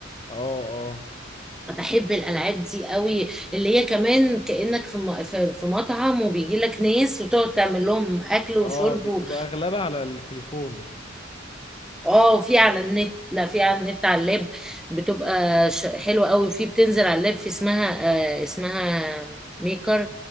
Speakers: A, on the left; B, in the centre.
A: اه اه
B: بحب الالعاب دي قوي اللي هي كمان كانك في م- في في مطعم وبيجي لك ناس وتقعد تعمل لهم اكل وشرب
A: اه دي بتبقى اغلبها على التليفون
B: اه في على النت لا في على النت على اللاب بتبقى ش- حلوه قوي وفي بتنزل على اللاب في اسمها آه اسمها ميكر